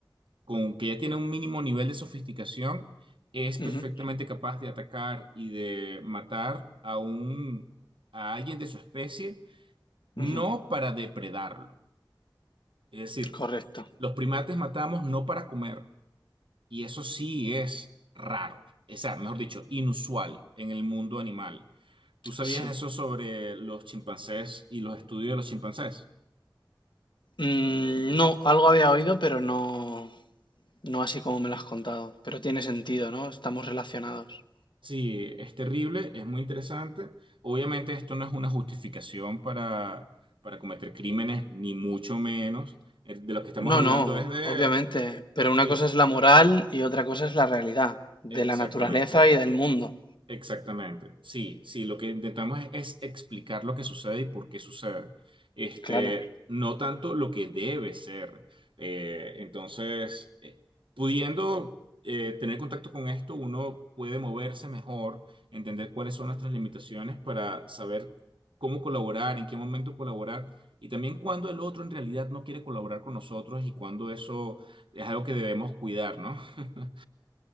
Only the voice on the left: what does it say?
ujú.
Ujú,
Correcto,
sí.
Mm, no, algo había oído, pero no, no así como me lo has contado. Pero tiene sentido, ¿no? Estamos relacionados.
No,
no,
obviamente. Pero una
cosa es la moral y otra cosa es la realidad de
la naturaleza y del mundo.
Claro,